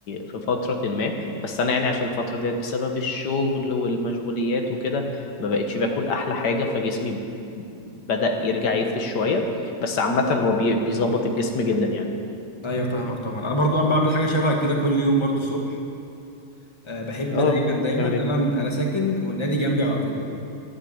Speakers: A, on the left (about 90°); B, on the left (about 20°).
A: في فترة ما بس أنا يعني عشان الفترة ديت بسبب الشغل والمشغوليات وكده ما بقتش باكل أحلى حاجة فجسمي بدأ يرجع يفرش شوية بس عامة هو بي- بيظبط الجسم جدا يعني
B: ايوه فاهمك طبعا انا برضو انا بعمل حاجه شبه كده كل يوم برضو الصبح أه بحب
A: اه
B: دايما دايما
A: تعمل
B: انا
A: ايه
B: انا ساكن والنادي جنبي على طول